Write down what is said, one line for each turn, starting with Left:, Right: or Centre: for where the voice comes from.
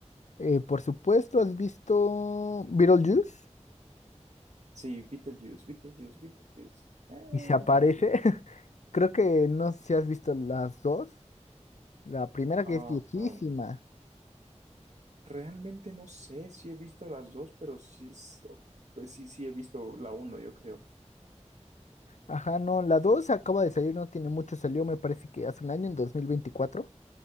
Left: eh, por supuesto, ¿has visto Beetlejuice?
Right: Sí, Beetlejuice, Beetlejuice, Beetlejuice. Ah,
Left: Y se aparece.
Right: sí, sí.
Left: <laughs> Creo que no sé si has visto las dos. La primera
Right: Ah,
Left: que es viejísima.
Right: um, realmente no sé si he visto las dos, pero sí es, pues sí, sí he visto la uno, yo creo.
Left: Ajá, no, la 2 acaba de salir, no tiene mucho, salió me parece que hace un año, en 2024.